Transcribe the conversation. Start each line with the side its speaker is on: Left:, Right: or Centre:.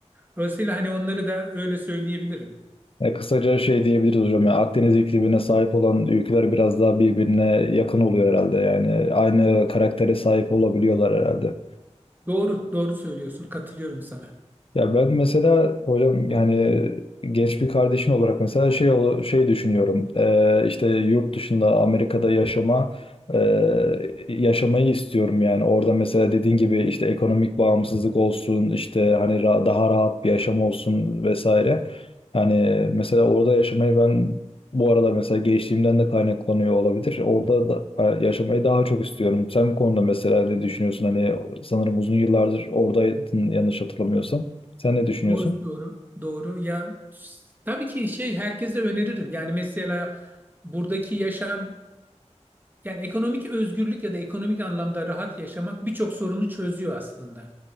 Right: Dolayısıyla hani onları da öyle söyleyebilirim.
Left: E, kısaca şey diyebiliriz hocam. Yani Akdeniz iklimine sahip olan ülkeler biraz daha birbirine yakın oluyor herhalde. Yani aynı karaktere sahip olabiliyorlar herhalde.
Right: Doğru, doğru söylüyorsun. Katılıyorum sana.
Left: Ya ben mesela hocam yani genç bir kardeşin olarak mesela şey ola- şey düşünüyorum. Ee, işte yurt dışında Amerika'da yaşama e, yaşamayı istiyorum yani. Orada mesela dediğin gibi işte ekonomik bağımsızlık olsun, işte hani ra- daha rahat bir yaşam olsun vesaire. Hani mesela orada yaşamayı ben bu arada mesela gençliğimden de kaynaklanıyor olabilir. Orada da, e, yaşamayı daha çok istiyorum. Sen bu konuda mesela ne düşünüyorsun? Hani sanırım uzun yıllardır oradaydın yanlış hatırlamıyorsam. Sen ne düşünüyorsun?
Right: Doğru, doğru, doğru. Ya s- tabii ki şey herkese öneririm. Yani mesela buradaki yaşam Yani ekonomik özgürlük ya da ekonomik anlamda rahat yaşamak birçok sorunu çözüyor aslında.